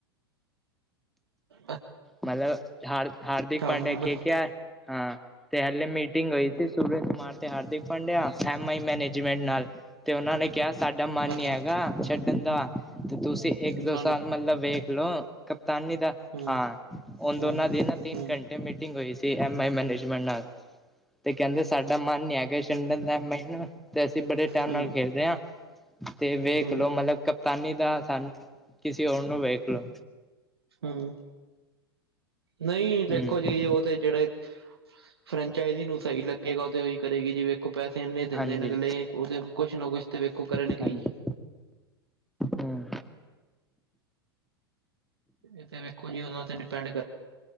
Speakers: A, on the right (about 75°); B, in the centre.
A: ਅੱ
B: ਮਤਲਬ ਹਾਰ ਹਾਰਦਿਕ ਪਾਂਡਿਆ
A: ਮੁੰਬਈ,
B: ਕੇ ਕਿਹਾ ਹਾਂ ਤੇ ਹਲੇ ਮੀਟਿੰਗ ਹੋਈ ਸੀ। ਸੂਰਜ ਕੁਮਾਰ ਤੇ Hardik Pandya M I management ਨਾਲ ਤੇ ਉਹਨਾਂ ਨੇ ਕਿਹਾ ਸਾਡਾ ਮਨ
A: ਅੱਛਾ
B: ਹੀ ਹੈਗਾ ਛੱਡਣ ਦਾ ਤੇ ਤੁਸੀਂ ਇੱਕ
A: ਉਹਨਾਂ
B: ਦੋ ਸਾਲ
A: ਨੂੰ
B: ਮਤਲਬ ਵੇਖ ਲੋ ਕਪਤਾਨੀ ਦਾ,
A: ਹੂੰ
B: ਹਾਂ ਉਹ ਦੋਨਾਂ
A: ਹੂੰ ਹੂੰ
B: ਦੀ ਨਾ ਤਿੰਨ ਘੰਟੇ ਮੀਟਿੰਗ ਹੋਈ ਸੀ ਐਮ ਆਈ ਮੈਨੇਜਮੈਂਟ ਨਾਲ ਤੇ ਕਹਿੰਦੇ ਸਾਡਾ ਮਨ ਨ ਹੈ ਕਿ ਛੰਡਣ ਦਾ ਮੈਨੂੰ ਤੇ ਅਸੀਂ ਬੜੇ ਟਾਈਮ
A: ਹੂੰ
B: ਨਾਲ ਖੇਡਦੇ ਹਾਂ ਤੇ ਵੇਖ
A: ਹੂੰ
B: ਲੋ ਮਤਲਬ ਕਪਤਾਨੀ ਦਾ ਸਾਨੂੰ, ਕਿਸੇ ਹੋਰ ਨੂੰ ਵੇਖ ਲੋ
A: ਹੂੰ, ਨਹੀਂ ਦੇਖੋ
B: ਹੂੰ
A: ਜੀ, ਉਹ ਤੇ ਜਿਹੜੇ ਫਰੈਂਚਾਈਜ਼ ਨੂੰ ਸਹੀ ਲੱਗੇਗਾ। ਉਹ ਤੇ ਉਹੀ ਕਰੇਗੀ ਜੀ, ਵੇਖੋ ਪੈਸੇ ਇੰਨੇ
B: ਹਾਂਜੀ
A: ਦਿੰਦੇ ਨੇ ਅਗਲੇ ਉਹਦੇ ਕੁਛ ਨਾ ਕੁਛ ਤੇ ਵੇਖੋ ਕਰਨਗੇ
B: ਹਾਂਜੀ
A: ਈ।
B: ਹੂੰ
A: ਇਹ ਵੇਖੋ ਜਿ ਉਹ ਤੇ ਡਿਪੈਂਡ ਕਰ